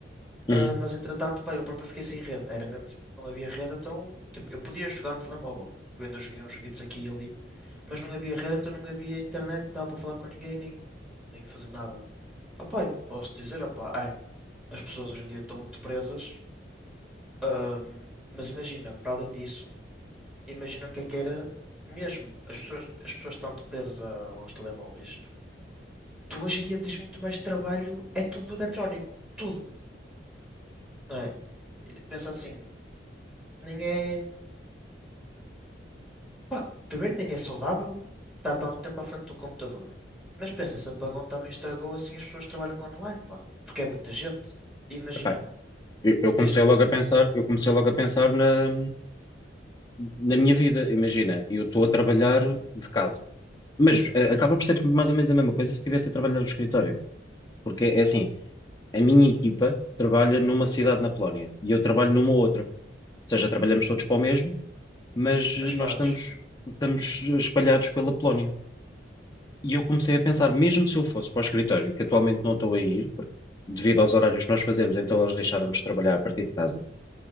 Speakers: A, on the left (about 20°); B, in the centre.
A: Uhum.
B: ah, mas entretanto, pá, eu próprio fiquei sem rede. Era mesmo, tipo, não havia rede, então, tipo, eu podia jogar no telemóvel. Eu ainda joguei uns joguitos aqui e ali, mas não havia rede, então não havia internet, não dava para falar com ninguém, nem, nem fazer nada. Ah, pá, e posso dizer, ah, pá, é. As pessoas hoje em dia estão muito presas. Ahm, mas imagina, para além disso, imagina o que é que era mesmo. As pessoas, as pessoas estão presas a- aos telemóveis. Tu hoje em dia tens muito mais trabalho, é tudo eletrónico. Tudo, não é? Pensa assim, nem é. pá, primeiro, nem é saudável estar tanto tempo à frente do computador. Mas pensa, esse apagão também estragou assim as pessoas que trabalham online, pá. Porque é muita gente. E Imagina,
A: Epá, eu, eu comecei
B: tens.
A: logo a
B: Hum,
A: pensar, eu comecei logo a pensar na, na minha vida. Imagina, eu estou a trabalhar de casa, mas eh, acaba por ser mais ou menos a mesma coisa se estivesse a trabalhar do escritório, porque é assim, a minha equipa trabalha numa cidade na Polónia e eu trabalho numa outra, ou seja, trabalhamos todos para o mesmo, mas eh,
B: as
A: nós
B: pratos.
A: estamos, estamos espalhados pela Polónia. E eu comecei a pensar, mesmo se eu fosse para o escritório, que atualmente não estou a ir, porque devido aos horários que nós fazemos, então eles deixaram-nos trabalhar a partir de casa.